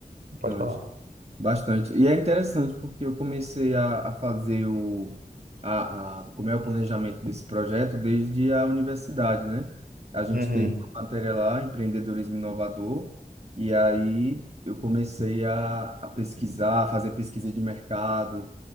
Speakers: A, on the right (about 75°); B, on the right (about 45°).
A: pode
B: importante.
A: falar.
B: Bastante. E é interessante porque eu comecei a, a fazer o a, a, como é o planejamento desse projeto desde a universidade, né? A gente
A: Uhum.
B: teve uma matéria lá, empreendedorismo inovador, e aí eu comecei a, a pesquisar, a fazer pesquisa de mercado,